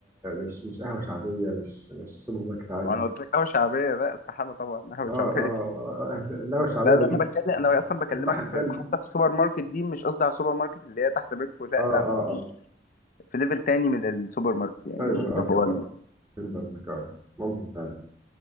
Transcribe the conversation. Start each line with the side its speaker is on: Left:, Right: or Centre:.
Right: مش مش قهوه شعبيه مش مش سوبر ماركت عادي
Left: انا قلت لك قهوه شعبيه لا استحاله طبعا قهوه
Right: اه اه
Left: شعبيه
Right: آه، آه، القهوه الشعبيه
Left: لا
Right: بتجيب
Left: لا انا بتكلم انا اصلا بكلمك
Right: لوح التلج
Left: في في- حتى في السوبر ماركت دي مش قصدي على السوبر ماركت اللي هي تحت بيتكو لا
Right: اه اه
Left: انا قصدي
Right: آه.
Left: في ليفل تاني من السوبر ماركت يعني
Right: دايما
Left: اللي
Right: اه فهمت
Left: هو
Right: قصدك فهمت قصدك اه ممكن فعلا